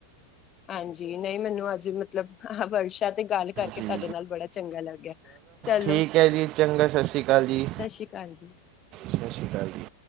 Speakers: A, on the left; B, on the right.
A: ਹਾਂਜੀ ਨਹੀਂ ਮੈਨੂੰ ਅੱਜ ਮਤਲਬ। ਹਾਂ ਵਟਸਐਪ ਤੇ ਗੱਲ ਕਰਕੇ
B: ਜੀ
A: ਤੁਹਾਡੇ ਨਾਲ ਬੜਾ ਚੰਗਾ ਲੱਗਿਆ, ਚਲੋ।
B: ਠੀਕ ਹੈ ਜੀ ਚੰਗਾ ਸਤਿ ਸ਼੍ਰੀ ਅਕਾਲ ਜੀ।
A: ਸਤਿ ਸ੍ਰੀ ਅਕਾਲ ਜੀ
B: ਸਤਿ ਸ਼੍ਰੀ ਅਕਾਲ ਜੀ